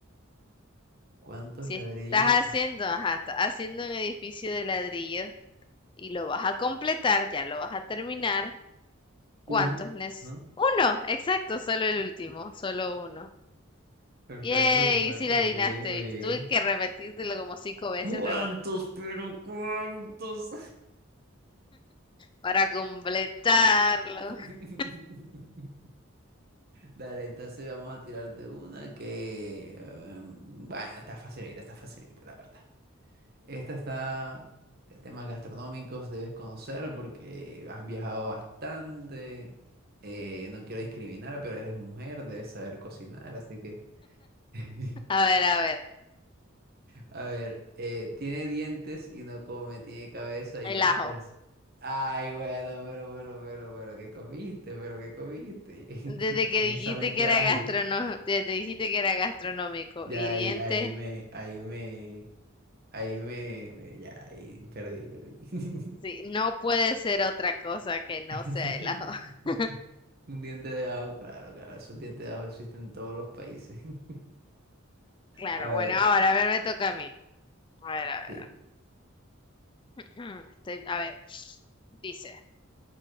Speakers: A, on the right; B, on the left.
A: ¿Cuántos
B: Si
A: ladrillos?
B: estás haciendo, ajá, estás haciendo un edificio de ladrillos y lo vas a completar, ya lo vas a terminar,
A: Uno,
B: ¿Cuántos nes?
A: ¿no?
B: Uno, exacto, solo el último, solo uno.
A: Perfecto,
B: Yay,
A: perfecto,
B: sí la adivinaste,
A: muy bien, muy
B: ¿viste?
A: bien.
B: Tuve que repetírtelo como cinco veces,
A: ¿Cuántos,
B: pero bueno,
A: pero cuántos?
B: para completarlo.
A: <laughs>
B: <laughs>
A: Dale, entonces vamos a tirarte una que, em, bueno, está facilita, está facilita, la verdad. Esta está, eh, temas gastronómicos debes conocer porque has viajado bastante. Eh, no quiero discriminar, pero eres mujer, debes saber cocinar, así que... <laughs>
B: A ver, a ver,
A: A ver, eh, tiene dientes y no come, tiene cabeza y
B: el
A: no es
B: ajo.
A: pers- Ay, bueno, pero, pero, pero, pero, ¿qué comiste? ¿Pero qué comiste? <laughs>
B: Desde que
A: Inmensamente
B: dijiste que era
A: ágil.
B: gastronómico, desde dijiste que era gastronómico
A: Ya
B: y dientes,
A: ahí, ahí me, ahí me, ahí me, me- ya ahí perdí, perdí. <laughs>
B: sí, no puede ser otra cosa que no
A: <laughs>
B: sea el ajo. <laughs>
A: Un diente de ajo, claro, claro, esos dientes de ajo existen en todos los países. <laughs>
B: Claro,
A: A ver,
B: bueno, ahora a ver, me toca a mí. A ver, a ver.
A: sí.
B: <clears throat> Estoy, a ver. Dice,